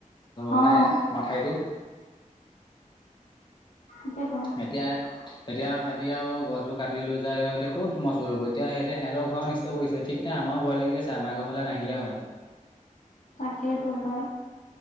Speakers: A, on the left (about 65°); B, on the left (about 35°).
A: অ',
B: মানে মাথাইটো
A: তাকেতো
B: এতিয়া এতিয়া এতিয়া আৰু গছবোৰ কাটি লৈ যায় এতিয়া কত মছবোত হব এতিয়া সিহঁতে সিহতৰ ঘৰ অনিষ্ট কৰিছে ঠিক নাই আমাৰো ভয় লাগে। ছে আমাৰ ঘৰ ফালে নাহিলে হয় আৰু
A: তাকেই তো পাই